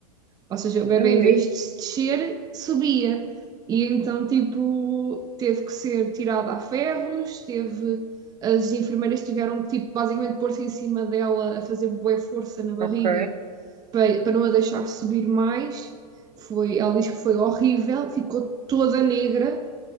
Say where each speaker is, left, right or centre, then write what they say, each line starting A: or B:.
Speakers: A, on the right; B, on the right.
A: Ou seja, o bebê,
B: Não
A: em
B: li.
A: vez de se descer, subia. E então, tipo, teve que ser tirada a ferros, teve. As enfermeiras tiveram que, tipo, basicamente pôr-se em cima dela a fazer bué força na barriga
B: Ok.
A: para, para não a deixar subir mais. Foi, ela diz que foi horrível, ficou toda negra